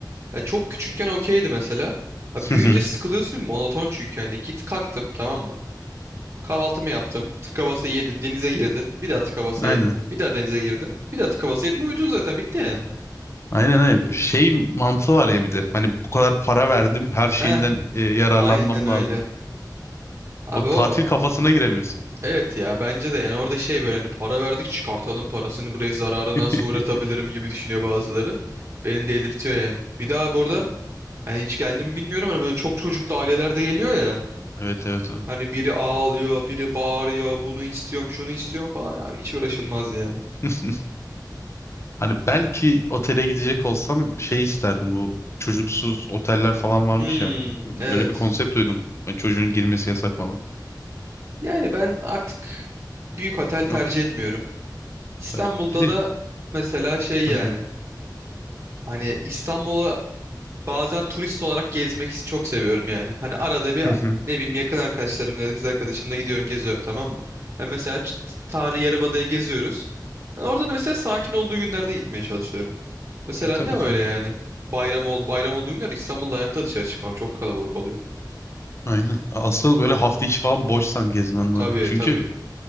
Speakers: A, on the right; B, on the left.
A: Ya çok küçükken okeydi mesela. Ya büyüyünce
B: Hı hı.
A: sıkılıyorsun monoton çünkü hani git kalktım tamam mı? Kahvaltımı yaptım. Tıka basa yedin, denize girdin. Bir daha tıka basa
B: Aynen.
A: yedin. Bir daha denize girdin. Bir daha tıka basa yedin. Uyudun zaten bitti yani.
B: Aynen aynen. Şey mantığı var ya bir de. Hani bu kadar para verdim, her şeyinden
A: Heh,
B: e, yararlanmam
A: aynen öyle.
B: lazım.
A: Abi
B: O tatil
A: o
B: kafasına giremiyorsun.
A: evet ya bence de yani orada şey böyle hani para verdik çıkartalım parasını burayı zarara nasıl
B: <laughs>
A: uğratabilirim gibi düşünüyor bazıları. Beni delirtiyor yani. Bir daha abi orada hani hiç geldim bilmiyorum hani böyle çok çocuklu aileler de geliyor ya.
B: Evet evet evet.
A: Hani biri ağlıyor, biri bağırıyor, bunu istiyorum, şunu istiyorum falan. Abi hiç uğraşılmaz yani.
B: <laughs> Hani belki otele gidecek olsam şey isterdim bu çocuksuz oteller falan varmış
A: Hmm,
B: ya.
A: evet.
B: Öyle bir konsept duydum. Yani çocuğun girmesi yasak falan.
A: Yani ben artık büyük otel
B: Yok
A: tercih
B: ki
A: etmiyorum. İstanbul'da
B: tabii. Bir de
A: da mesela şey yani.
B: <laughs>
A: Hani İstanbul'a bazen turist olarak gezmek çok seviyorum yani. Hani arada bir
B: Hı hı.
A: ne bileyim yakın arkadaşlarımla ya da kız arkadaşımla gidiyorum geziyorum tamam mı? Hani mesela Ç- Tarihi Yarımada'ya geziyoruz. Yani orada da mesela sakin olduğu günlerde gitmeye çalışıyorum. Mesela
B: tabii
A: ne
B: tabii.
A: öyle yani? Bayram ol bayram olduğu günler İstanbul'da hayatta dışarı çıkmam. Çok kalabalık oluyor.
B: Aynen. Asıl böyle hafta içi falan boşsan gezmen
A: Tabii
B: lazım. Çünkü
A: tabii.